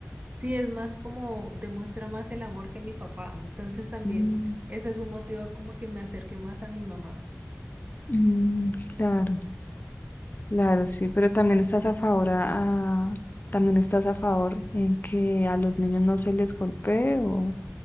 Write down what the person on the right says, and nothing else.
sí, es más como demuestra más el amor que mi papá. Entonces también
ese es un motivo como que me acerqué más a mi mamá.